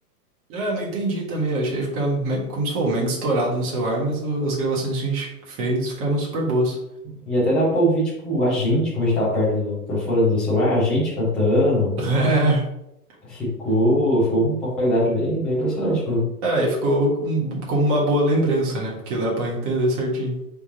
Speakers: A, on the right (about 30°); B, in the centre.
A: É, eu não entendi também. Eu achei ficar me- como se for mega estourado no celular, mas o- as gravações que a gente fez ficaram super boas.
B: E até dá pra ouvir, tipo, a gente, como a gente tava perto do microfone do celular, a gente cantando.
A: <laughs>
B: Ficou, foi uma qualidade bem, bem impressionante mesmo.
A: É, é, e ficou com- como uma boa lembrança, né? Porque dá pra entender certinho.